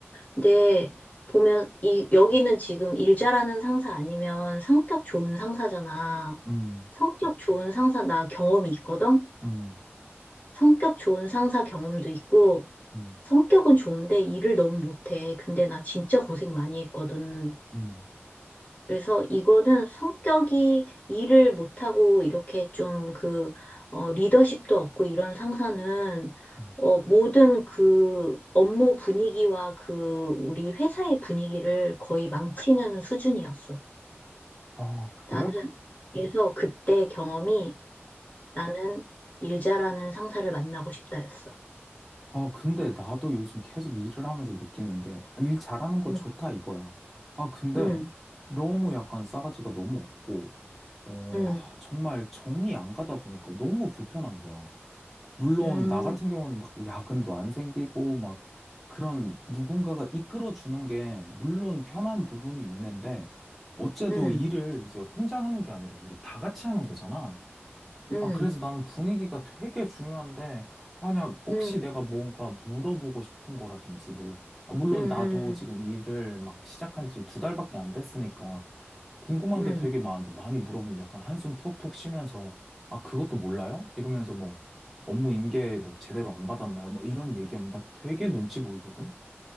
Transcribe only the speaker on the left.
근데 보면 이, 여기는 지금 일 잘하는 상사 아니면 성격 좋은 상사잖아.
성격 좋은 상사, 나 경험이 있거든?
성격 좋은 상사 경험도 있고,
성격은 좋은데 일을 너무 못해. 근데 나 진짜 고생 많이 했거든.
그래서 이거는 성격이 일을 못하고 이렇게 좀 그, 어, 리더십도 없고 이런 상사는,
어, 모든 그 업무 분위기와 그 우리 회사의 분위기를 거의 망치는 수준이었어.
나는 그래서 그때 경험이 나는 일 잘하는 상사를 만나고 싶다였어.
음,
음,
음,
음,
음,
음,
음,
음,
음,